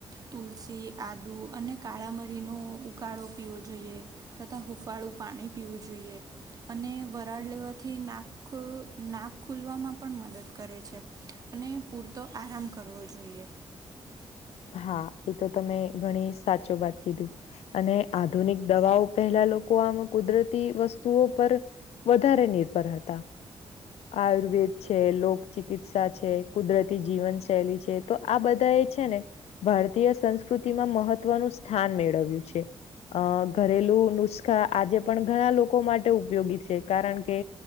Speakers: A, on the right; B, on the left.
A: તુલસી આદુ અને કાળા મરીનો ઉકાળો પીવો જોઈએ. તથા હૂંફાળું પાણી પીવું જોઈએ. અને વરાળ લેવાથી નાખ નાક ખુલવામાં પણ મદદ કરે છે અને પૂરતો આરામ કરવો જોઈએ.
B: હા એ તો તમે ઘણી સાચો વાત કીધું. અને આધુનિક દવાઓ પહેલા લોકો આનુ કુદરતી વસ્તુઓ પર વધારે નિર્ભર હતા. આયુર્વેદ છે લોકચિકિત્સા છે કુદરતી જીવન શૈલી છે તો આ બધા એ છે ને ભારતીય સંસ્કૃતિમાં મહત્વનું સ્થાન મેળવ્યું છે. અ ઘરેલુ નુસખા આજે પણ ઘણા લોકો માટે ઉપયોગી છે કારણ કે